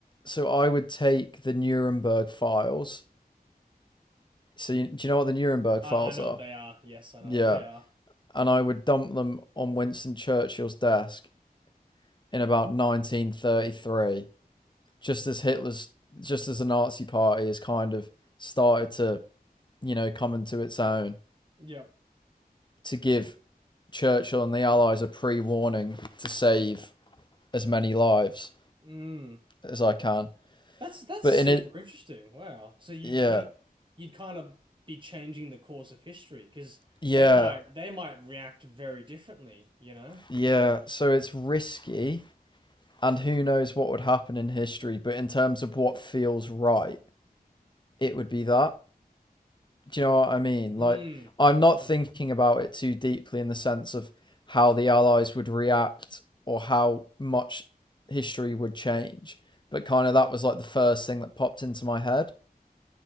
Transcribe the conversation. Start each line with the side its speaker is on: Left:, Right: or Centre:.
Left: so I would take the Nuremberg files. So you, do you know what the Nuremberg
Right: I,
Left: files
Right: I know
Left: are?
Right: what they are. Yes, I know
Left: Yeah.
Right: what they are.
Left: and I would dump them on Winston Churchill's desk in about 1933, just as Hitler's, just as the Nazi Party has kind of started to, you know, come into its own,
Right: Yep.
Left: to give Churchill and the Allies a pre-warning to save as many lives
Right: Mm.
Left: as I can.
Right: That's that's
Left: But
Right: super
Left: in it,
Right: interesting. Wow. So you
Left: yeah,
Right: you you'd kind of be changing the course of history because
Left: yeah,
Right: they might they might react very differently, you know?
Left: yeah. So it's risky, and who knows what would happen in history. But in terms of what feels right, it would be that. Do you know what I mean?
Right: Mm.
Left: Like, I'm not thinking about it too deeply in the sense of how the Allies would react or how much history would change, but kind of that was like the first thing that popped into my head.